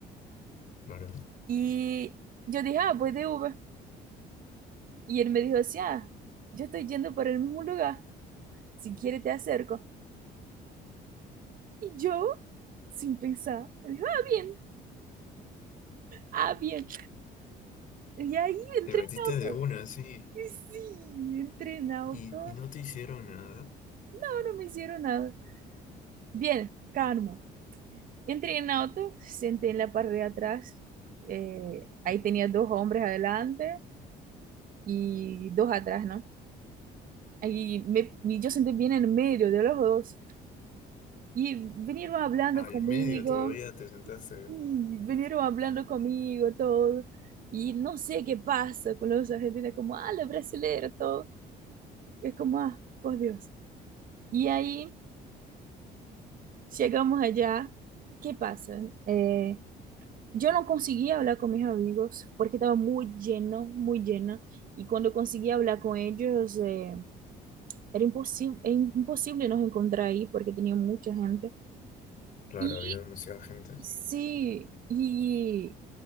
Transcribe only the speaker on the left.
claro.
Te metiste
de una, sí,
y, y no te hicieron nada.
Al
medio todavía te sentaste.
Claro,
había demasiada gente.